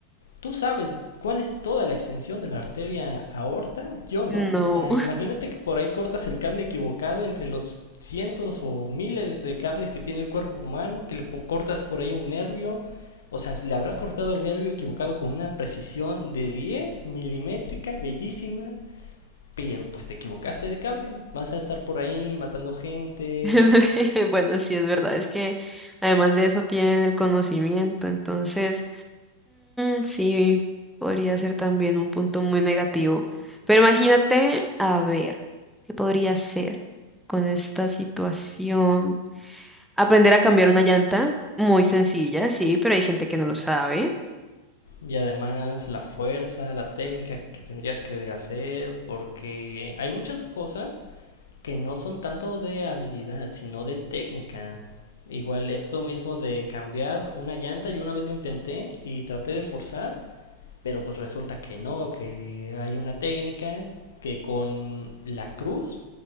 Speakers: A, on the left (about 65°); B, in the centre.
A: tú sabes cuál es toda la extensión de la arteria aorta, yo no.
B: No.
A: O sea, imagínate que por ahí cortas el cable equivocado entre los cientos o miles de cables que tiene el cuerpo humano, que le cortas por ahí un nervio. O sea, le habrás cortado el nervio equivocado con una precisión de 10 milimétrica, bellísima, pero pues te equivocaste de cable. Vas a estar por ahí matando gente.
B: <laughs> Bueno, sí, es verdad. Es que además de eso tienen el conocimiento. Entonces, mm, sí, podría ser también un punto muy negativo. Pero imagínate, a ver, ¿qué podría ser con esta situación? Aprender a cambiar una llanta. Muy sencilla, sí, pero hay gente que no lo sabe.
A: Y además la fuerza, la técnica que tendrías que hacer, porque hay muchas cosas que no son tanto de habilidad, sino de técnica. Igual esto mismo de cambiar una llanta, yo una vez lo intenté y traté de forzar pero pues resulta que no, que hay una técnica que con la cruz